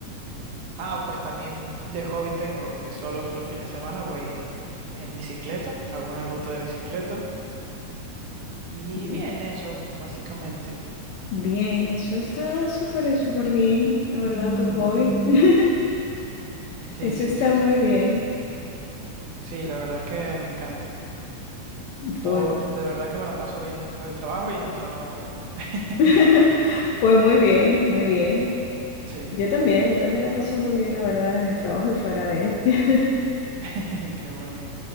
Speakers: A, on the right; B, on the left.
A: Ah, pues también de hobby tengo que solo los fines de semana voy en bicicleta, hago una ruta de bicicleta y
B: Mm.
A: bien eso, básicamente.
B: Bien, eso está súper, súper bien, la verdad, tu
A: Ujú.
B: hobby. <laughs>
A: Sí,
B: Eso
A: sí,
B: está
A: sí, sí.
B: muy bien.
A: Sí, la verdad es que me encanta. Todo,
B: Pues,
A: de verdad que me la paso bien después del trabajo y en el trabajo también. <laughs>
B: <laughs> pues muy bien, muy bien.
A: Sí,
B: Yo también, yo también la paso muy bien, la verdad, en trabajo y fuera de él. <laughs>
A: <laughs> qué bueno.